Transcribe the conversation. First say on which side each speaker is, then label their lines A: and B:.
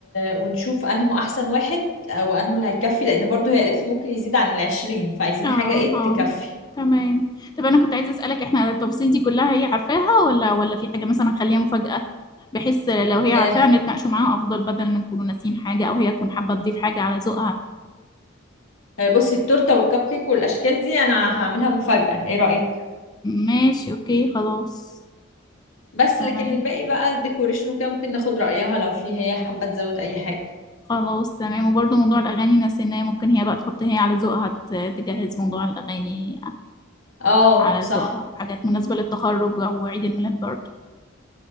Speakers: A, on the left; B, on the left.
A: ونشوف انه احسن واحد او انه اللي هيكفي لان برضو هي قالت لي ممكن يزيد عن العشرين فعايزين
B: اه
A: حاجة ايه
B: اه
A: تكفي
B: تمام طب انا كنت عايزه اسالك احنا التفاصيل دي كلها هي عارفاها ولا ولا في حاجه مثلا خليها مفاجاه بحيث لو هي عارفاها
A: آه،
B: نتناقشوا معاها افضل بدل ما نكونوا ناسيين حاجه او هي تكون حابه تضيف حاجه على ذوقها
A: آه، بصي التورته والكب كيك والاشكال دي انا هعملها مفاجاه ايه رايك
B: ماشي اوكي خلاص
A: بس
B: تمام
A: لكن الباقي بقى الديكوريشن وكده ممكن ناخد رايها لو في هي حابه تزود اي حاجه
B: خلاص تمام وبرضه موضوع الاغاني نسيناه ممكن هي بقى تحط هي على ذوقها ت- تجهز موضوع الاغاني
A: اه
B: على
A: صح
B: ذوقها حاجات مناسبه للتخرج او عيد الميلاد برضه